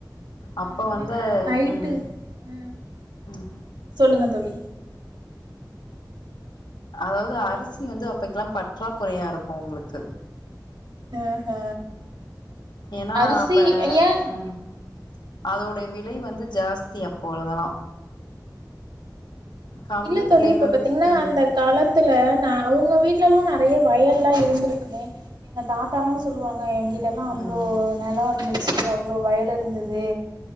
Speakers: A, on the right; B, on the left.
A: அ
B: அப்ப
A: இல்லன்னா
B: வந்து
A: நைட்டு
B: ம்
A: அ
B: ம்
A: சொல்லுங்க தோழி
B: அதாவ்து அரிசி வந்து அப்பக்கெல்லா பற்றாக்குறையா இருக்கூ உங்களுக்கு
A: ஆஹ
B: ஏனா
A: அரிசி
B: அப்ப
A: ஏ
B: ம் அதோடைய விலை வந்து ஜாஸ்தி அப்பொழுதுலா கம்பு
A: இல்லை தோழி
B: கேழ்வரகு
A: இப்ப பாத்தீங்கன்னா
B: ம்
A: அந்த காலத்துல நா அவங்க வீட்லலா நறைய வயல்லா இருந்துருக்குமே எங்க தாத்தால்லா சொல்லுவாங்க எங்கிட்டல்லா அவ்ளோ
B: ம்
A: நெலோ இருந்துச்சு அவ்ளோ வயல் இருந்துது